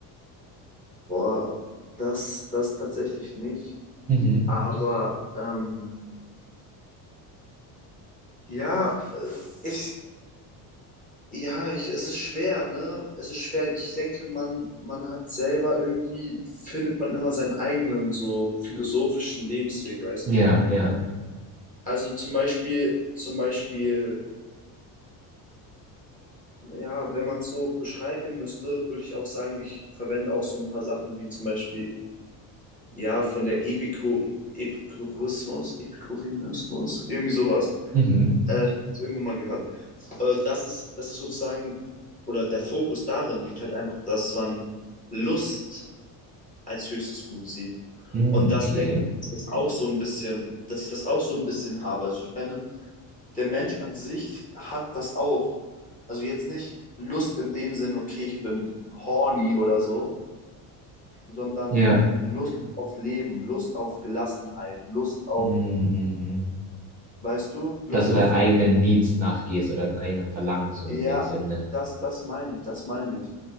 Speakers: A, on the left (about 20°); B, on the right (about 20°).
A: Boah, das, das tatsächlich nicht,
B: Mhm.
A: aber ähm, Ja, äh, ich, ja, ich, es ist schwer, ne? Es ist schwer. Ich denke, man, man hat selber irgendwie, findet man immer seinen eigenen so philosophischen Lebensweg, weißt
B: Ja,
A: du?
B: ja.
A: Also zum Beispiel, zum Beispiel, ja, wenn man es so beschreiben müsste, würde ich auch sagen, ich verwende auch so ein paar Sachen wie zum Beispiel, ja, von der Epiko, Epikurismus, Epikurismus, irgendwie sowas.
B: Mhm.
A: Äh, irgendwo mal gehört. äh, das ist, das ist sozusagen, oder der Fokus darin liegt halt einfach, dass man Lust als höchstes Gut sieht.
B: Mhm,
A: Und das
B: okay.
A: denke ich, dass das auch so ein bisschen, dass ich das auch so ein bisschen habe. Also ich meine, der Mensch an sich hat das auch. Also jetzt nicht Lust in dem Sinne, okay, ich bin horny oder so, sondern
B: Ja.
A: Lust auf Leben, Lust auf Gelassenheit, Lust auf,
B: Mhm, mhm.
A: weißt du, Lust
B: Dass du deinen
A: auf Verk
B: eigenen Needs nachgehst oder deinen eigenen Verlangen, so
A: Ja,
B: in dem Sinne.
A: das, das meine ich, das meine ich.